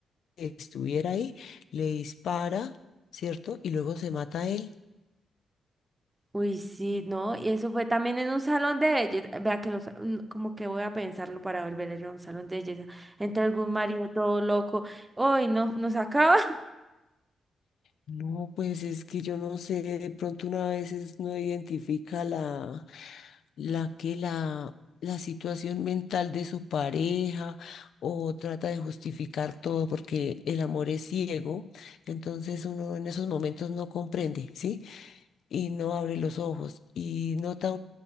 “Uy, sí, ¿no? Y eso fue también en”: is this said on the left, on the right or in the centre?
Right